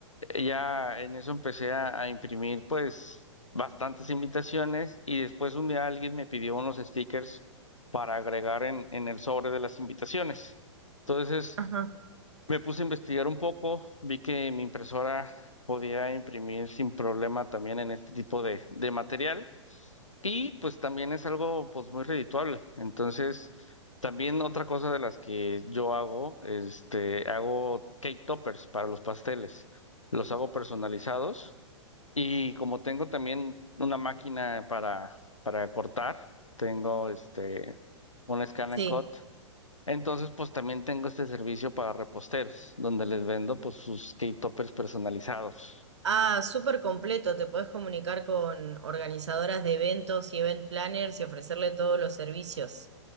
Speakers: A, on the left; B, on the right.
A: ya en eso empecé a, a imprimir, pues, bastantes invitaciones y después un día alguien me pidió unos stickers para agregar en, en el sobre de las invitaciones. Entonces,
B: Ajá,
A: me puse a investigar un poco, vi que mi impresora podía imprimir sin problema también en este tipo de, de material y pues también es algo pues muy redituable. Entonces, también otra cosa de las que yo hago, este, hago cake toppers para los pasteles. Los hago personalizados y como tengo también una máquina para, para cortar, tengo este, un scan
B: sí.
A: and cut entonces, pues también tengo este servicio para reposteros, donde les vendo pues sus cake toppers personalizados.
B: Ah, súper completo. Te podés comunicar con organizadoras de eventos y event planners y ofrecerle todos los servicios.